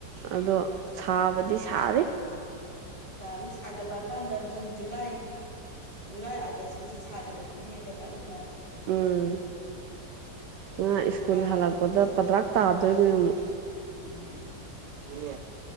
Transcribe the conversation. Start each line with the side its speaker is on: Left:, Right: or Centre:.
Right: ꯑꯗꯣ ꯁꯥꯕꯗꯤ ꯁꯥꯔꯤ
Left: ꯁꯔꯤ ꯁꯥꯒꯠ ꯂꯛꯑꯥ ꯀꯥꯟꯗ ꯖꯨꯟ ꯖꯨꯂꯥꯏ ꯖꯨꯂꯥꯏ ꯑꯥꯒꯁꯖꯤꯛ ꯁꯥꯒꯠꯂꯛꯈꯤꯅꯦꯕ ꯚꯥꯔꯤꯃꯥ
Right: ꯎꯝ
Left: ꯑꯗꯨꯗꯅꯦ
Right: ꯑꯉꯥꯡ
Left: ꯃꯣꯏ
Right: ꯁ꯭ꯀꯨꯜ
Left: ꯀꯥꯕ
Right: ꯍꯜꯂꯛꯄꯗ
Left: ꯋꯥꯗꯣꯏꯁꯦ
Right: ꯄꯗ꯭ꯔꯥꯛ ꯇꯥꯗꯣꯏꯅꯤ ꯑꯃꯨꯛ
Left: ꯎꯝ
Right: ꯏ